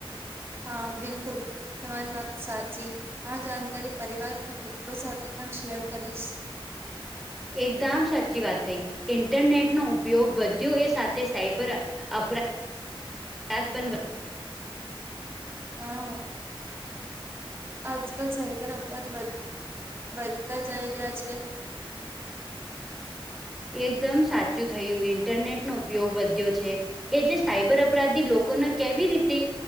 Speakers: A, on the right (about 25°); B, in the centre.
A: હા બિલકુલ. તમારી વાત સાચી આ જાણકારી પરિવાર અને મિત્રો સાથે પણ શેર કરીશ.
B: એકદમ સાચી વાત થઈ ઇન્ટરનેટ નો ઉપયોગ બ્યો એ સાથે સાયબર. અપરા પણ.
A: હા. આજકાલ સાઈબર અપરાધ વધ વધતા જઈ રહ્યા છે.
B: એકદમ સાચું થયું ઇન્ટરનેટ નો ઉપયોગ વધ્યો છે એ જે સાયબર અપરાધી લોકોને કેવી રીતે